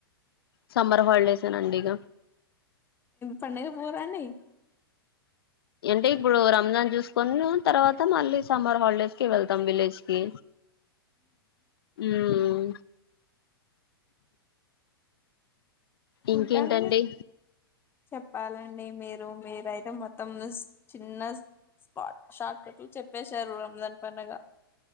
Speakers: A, on the left; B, on the left.
A: సమ్మర్ హాలిడేస్ నాండి ఇగ
B: పండుగ పోరాండి
A: అంటే ఇప్పుడు రంజాన్ చూసుకుని తర్వాత మళ్ళీ సమ్మర్ హాలిడేస్ కి వెళ్తాం విలేజ్ కి ఉమ్ ఇంకేంటండి
B: ఇంకా అండి చెప్పాలండి మీరు మీరైతే మొత్త మొత్తంలో చిన్న స్పాట్ షార్ట్ కట్లు చెప్పేశారు రంజాన్ పండగ